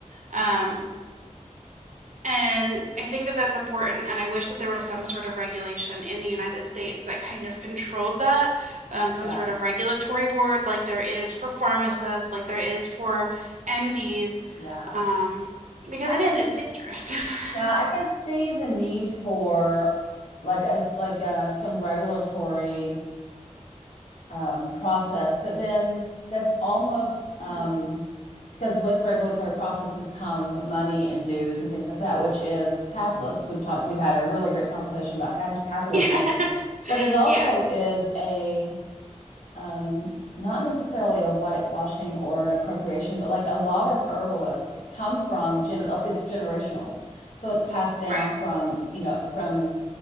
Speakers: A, on the right; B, on the left.
A: Um, and I think that that's important. And I wish that there was some sort of regulation in the United States that kind of controlled that, um, some
B: Yeah.
A: sort of regulatory board like there is for pharmacists, like there is for MDs,
B: Yeah.
A: um, because
B: I
A: it
B: can
A: is,
B: s-
A: it's dangerous.
B: yeah,
A: <laughs>
B: I can see the need for like us like uh, some regulatory um process, but then that's almost um
A: Mhm.
B: because with regulatory processes come money and dues and things like that, which is capitalist. We've talked we've had a really great conversation about cap capitalism,
A: Yeah.
B: but it also
A: <laughs> Yeah.
B: is a um not necessarily a whitewashing or an appropriation, but like a lot of herbalists come from gen like it's generational. So it's passed down
A: Right.
B: from, you know, from